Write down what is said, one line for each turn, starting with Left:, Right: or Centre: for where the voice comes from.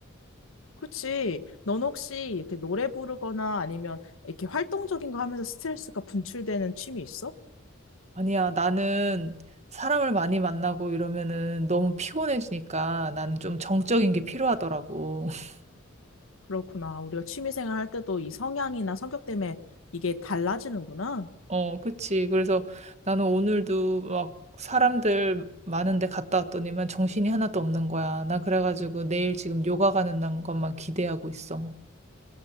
Left: 그치. 넌 혹시 이렇게 노래 부르거나 아니면 이렇게 활동적인 거 하면서 스트레스가 분출되는 취미 있어?
Right: 아니야, 나는 사람을 많이 만나고 이러면은 너무 피곤해지니까 나는 좀 정적인 게 필요하더라고. <laughs>
Left: 그렇구나. 우리가 취미생활 할 때도 이 성향이나 성격 때문에 이게 달라지는구나.
Right: 어, 그치. 그래서 나는 오늘도 막 사람들 많은데 갔다 왔더니만 정신이 하나도 없는 거야. 나 그래가지고 내일 지금 요가 가는 날 것만 기대하고 있어.